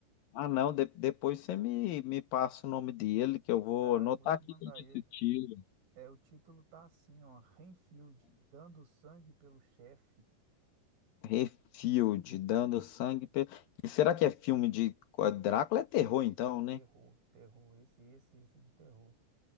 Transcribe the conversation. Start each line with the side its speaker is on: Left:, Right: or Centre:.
Left: Ah, não, de- depois você me, me passa o nome dele, que eu vou
Right: Tá,
Left: anotar
Right: eu vou te
Left: aqui
Right: mandar
Left: para esse
Right: aí.
Left: tiro.
Right: É, o título tá assim, ó, Renfield, dando sangue pelo chefe.
Left: Refield, dando sangue. pe- E será que é filme de. Drácula é terror, então, né?
Right: Terror, terror, esse, esse, esse de terror.